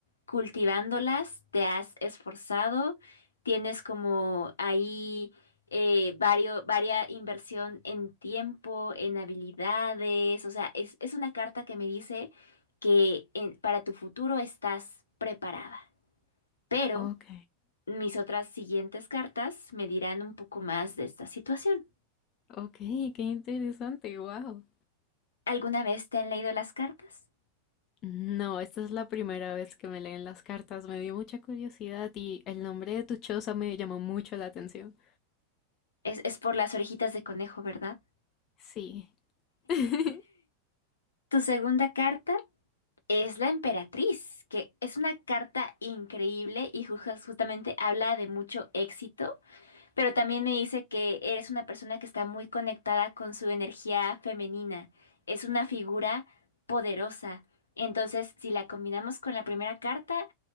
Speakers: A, on the left; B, on the left.
A: cultivándolas, te has esforzado, tienes como ahí eh, vario- varia inversión en tiempo, en habilidades, o sea, es, es una carta que me dice que en- para tu futuro estás preparada. Pero
B: ok,
A: mis otras siguientes cartas me dirán un poco más de esta situación.
B: ok, qué interesante, wow.
A: ¿Alguna vez te han leído las cartas?
B: No, esta es la primera vez que me leen las cartas. Me dio mucha curiosidad y el nombre de tu choza me llamó mucho la atención.
A: Es, es por las orejitas de conejo, ¿verdad?
B: Sí. <laughs>
A: Tu segunda carta es la emperatriz, que es una carta increíble y ju- justamente habla de mucho éxito, pero también me dice que eres una persona que está muy conectada con su energía femenina. Es una figura poderosa. Entonces, si la combinamos con la primera carta,